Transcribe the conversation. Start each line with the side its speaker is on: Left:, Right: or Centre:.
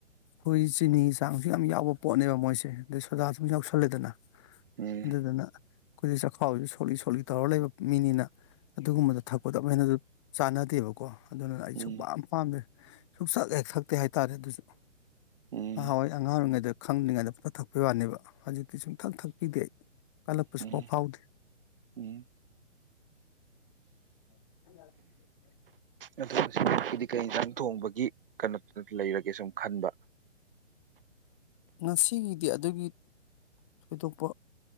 Left: ꯈꯣꯏꯍꯤ ꯆꯤꯅꯤ ꯆꯥꯡꯁꯨ ꯌꯥꯝ ꯌꯥꯎꯕ ꯄꯣꯠꯅꯦꯕ ꯃꯣꯏꯁꯦ ꯗꯩ ꯁꯣꯗꯥꯁꯨ ꯌꯥꯎꯁꯜꯂꯦꯗꯅ
Right: ꯎꯝ
Left: ꯑꯗꯨꯗꯨꯅ ꯑꯩꯈꯣꯏꯗ ꯆꯈꯥꯎꯁꯨ ꯁꯣꯛ ꯂꯤꯛ ꯇꯧꯔ ꯂꯩꯕ ꯃꯤꯅꯤꯅ ꯑꯗꯨꯒꯨꯝꯕꯗ ꯊꯛꯄꯗ ꯑꯃꯨꯛ ꯍꯦꯅꯁꯨ ꯆꯥꯟꯅꯗꯦꯕꯀꯣ ꯑꯗꯨꯅ ꯑꯩ
Right: ꯎꯝ
Left: ꯁꯨꯛ ꯄꯝ ꯄꯥꯝꯗꯦ ꯁꯨꯛꯊꯛ ꯍꯦꯛ ꯊꯛꯇꯦ ꯍꯥꯏꯇꯥꯔꯦ ꯑꯗꯨꯁꯨ
Right: ꯎꯝ
Left: ꯉꯍꯥ ꯋꯥꯏ ꯑꯉꯥꯡ ꯑꯣꯏꯔꯤꯉꯩꯗ ꯈꯪꯗꯤꯉꯩꯗ ꯄꯨꯡ ꯊꯛꯄꯩ ꯋꯥꯅꯦꯕ ꯍꯧꯖꯤꯛꯇꯤ ꯁꯨꯡꯊꯪ ꯊꯛꯄꯤꯗꯦ ꯑꯩ ꯀꯥꯜꯂꯛꯄ
Right: ꯎꯝ
Left: ꯁꯨ ꯄꯥꯎ ꯐꯥꯎꯗꯦ
Right: ꯎꯝ
Left: <inaudible>
Right: ꯑ ꯁꯤꯗꯤ ꯀꯩ ꯏꯪ ꯖꯟ ꯊꯣꯡꯕꯒꯤ ꯀꯩꯅꯣ ꯂꯩꯔꯒꯦ ꯁꯨꯝ ꯈꯟꯕ
Left: ꯉꯁꯤꯒꯤꯗꯤ ꯑꯗꯨꯒꯤ ꯊꯣꯏꯗꯣꯛꯄ